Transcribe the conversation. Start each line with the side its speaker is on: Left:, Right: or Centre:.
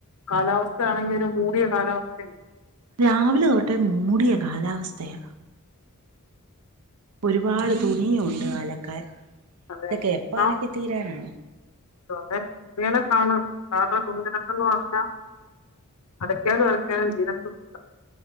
Left: കാലാവസ്ഥയാണെങ്കിൽ ഒരു മൂടിയ കാലാവസ്ഥയും
Right: രാവിലെ തൊട്ടെ മൂടിയ കാലാവസ്ഥയാ ഒരുപാട് തുണിയുണ്ട് അലക്കാൻ
Left: അതെ
Right: ഇതൊക്കെ
Left: അതെ
Right: എപ്പ അലക്കി
Left: ആഹ്
Right: തീരാനാണ്
Left: അതെ മനക്കാണ് കാരണംനക്കന്ന് പറഞ്ഞാൽ അലക്കിയാലും അലക്കിയാലും തിരത്തും ഇല്ല